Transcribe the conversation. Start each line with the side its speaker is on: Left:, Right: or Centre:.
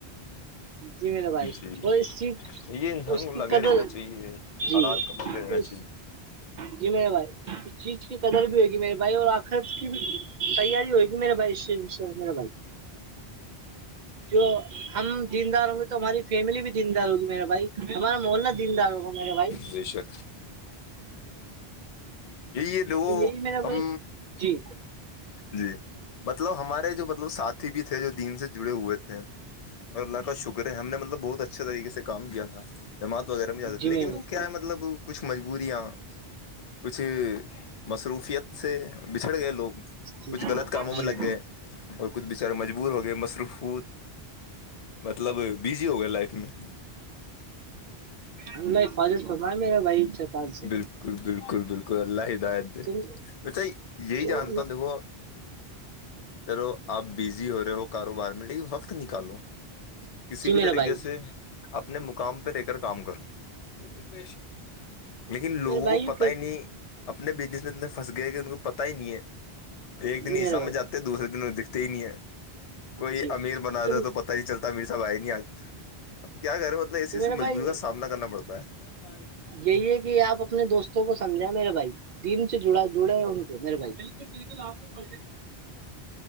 Right: جی میرے بھائی
Left: جی
Right: وہ اس چیز
Left: یہ انسان
Right: اس
Left: کو
Right: کی
Left: لگے
Right: قدر
Left: رہنا چاہیے
Right: جی
Left: حلال کماتے رہنا
Right: اس
Left: چاہیے
Right: جی میںیرے بھائی اس چیز کی قدر بھی ہوگی میرے بھائی اور آخر کی بھی تیاری ہوئے گی میرے بھائی میرے بھائی جو ہم زدار ہوں گے تو ہماری فیملی بھی زیندار ہوگی میرے بھائی ہمارا محلہ دیندار ہوگا میرے بھائی
Left: ب شک جی یہ د
Right: تو یہی میرا
Left: ہم
Right: بھائی جی
Left: جی مطلب ہمارے جو مطلب ساتھی بھی تھے جو دین سے جڑے ہوئے تھے اور اللہ کا شکر ہے ہم نے مطلب بہت اچھے طریقے سے کام کیا تھا جماعت وغیرہ میں جیادے تھی
Right: جی میرے
Left: لیکن
Right: بھائی
Left: وہ کیا ہے مطلب کچھ مجبوریاں کچھ مصروفیت سے بچھڑ گئے لوگ
Right: جی
Left: کچھ غلط کم میں لگ
Right: جی
Left: گئے اور کچھ بچارے مجبور ہو گئے مصروف مطلب بزی ہو گئے لائف میں
Right: اللہ فاضل فم میرا بھائیا تج سے
Left: بالکل بالکل بالکل اللہ ہدایت د
Right: تم
Left: بھا یہی
Right: چور
Left: جانتا ہوں دیکھو چلو آپ بزی ہو رہے ہو کاروبار میں لیکن وقت نکالو کسی
Right: جی
Left: بھی
Right: میرا
Left: طریقے
Right: بھائی
Left: سے اپنے مقام پہ رہے کر کام کرو بک لیکن لوگوں
Right: میرے بھائی یوں کہ
Left: نی اپنے بزنس میں اتنے پھنس گئے کہ ان کو پت ہی نہیں ہے ایک دن
Right: جی میرا
Left: ہی سمجھ
Right: بھائی
Left: آتے دوسرے دن وہ دکھتے ہی نہیں ہیں کوئی
Right: جی
Left: امیر بناات
Right: تم
Left: تھا تو پتاہ نہیں چلتا امیر ساب آئے ہی نہیں آج اب کیا کرے مطلب اسی
Right: تو میرا
Left: سے
Right: بھائی
Left: مجبوری کا سامنا کرنا پڑتا ہے
Right: یہی ہے کہ آپ اپنے دوستوں کو سمجھائ میرے بھائی دن سے جڑا جڑے بالکل بالکل آپ کو